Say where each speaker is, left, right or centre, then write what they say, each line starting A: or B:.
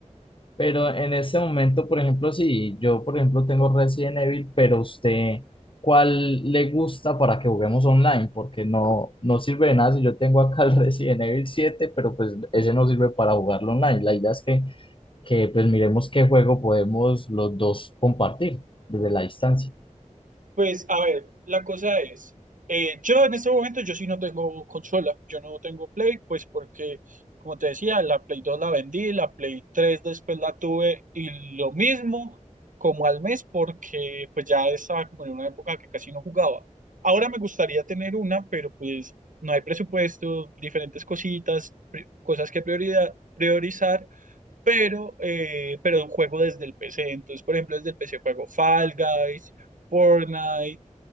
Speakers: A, on the left; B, on the right.
A: Pero en este momento, por ejemplo, si yo, por ejemplo, tengo Resident Evil, pero usted, ¿cuál le gusta para que juguemos online? Porque no, no sirve de nada si yo tengo acá el <laughs> Resident Evil siete pero pues ese no sirve para jugarlo online. La idea es que, que pues miremos qué juego podemos los dos compartir desde la distancia.
B: Pues a ver, la cosa es, eh, yo en este momento yo sí no tengo consola, yo no tengo Play, pues porque, como te decía, la Play 2 la vendí, la Play 3 después la tuve y lo mismo como al mes porque pues ya estaba como en una época que casi no jugaba. Ahora me gustaría tener una, pero pues no hay presupuesto, diferentes cositas, pri- cosas que prioridad, priorizar pero, eh, pero juego desde el PC. Entonces, por ejemplo, desde el PC juego Fall Guys, Fortnite